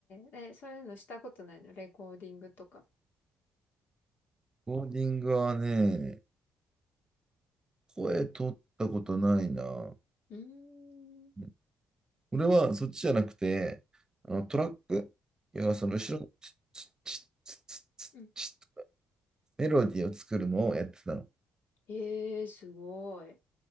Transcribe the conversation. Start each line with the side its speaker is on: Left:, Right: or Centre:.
Left: ー、え、そういうのしたことないのレコーディングとか。
Right: コーディングはね、声取ったことないな。
Left: うーん。
Right: うん俺はそっちじゃなくて、あのトラック、いやその後ろのツッチッツッツッツッチッ
Left: うん。うん。
Right: メロディーを作るのをやってたの。
Left: ええー、すごい。